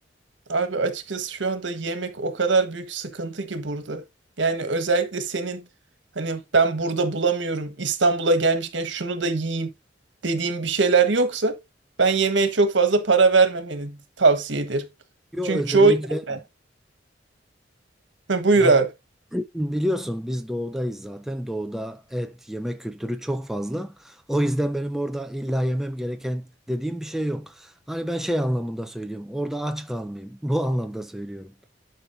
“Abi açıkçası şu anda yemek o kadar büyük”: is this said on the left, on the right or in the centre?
Right